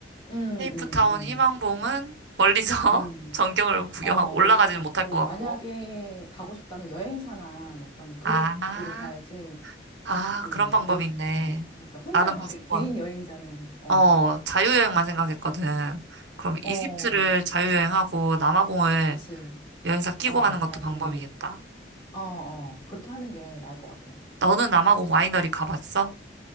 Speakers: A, on the left; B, on the right.
A: 음, 음,
B: 케이프타운
A: 음.
B: 희망봉은 멀리서
A: 음.
B: <laughs> 전경을 구경하고
A: 어,
B: 올라가지는
A: 멀리서 가보고.
B: 못할 것 같고.
A: 만약에 가고 싶다면 여행사나 뭐 그런 그룹으로
B: 아,
A: 가야지.
B: 아,
A: 그,
B: 그런 방법이
A: 여,
B: 있네.
A: 어, 약간 혼자
B: 나는
A: 가,
B: 무조건
A: <laughs> 개인 여행자는, 어,
B: 어, 자유여행만 생각했거든. 그럼 이집트를
A: 어,
B: 자유여행하고 남아공을
A: 그치.
B: 여행사 끼고
A: 어,
B: 하는 것도
A: 나중에,
B: 방법이겠다.
A: 어, 어, 그렇게 하는 게 나을 것 같아.
B: 너는 남아공 와이너리 가봤어?